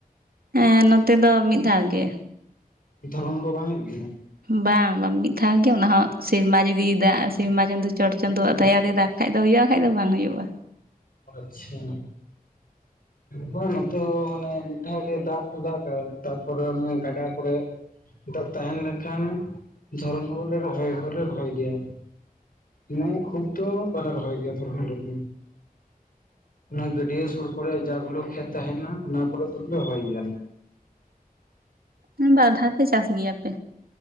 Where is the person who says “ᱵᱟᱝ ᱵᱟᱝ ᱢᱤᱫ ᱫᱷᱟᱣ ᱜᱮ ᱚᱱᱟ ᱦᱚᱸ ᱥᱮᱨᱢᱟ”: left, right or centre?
Right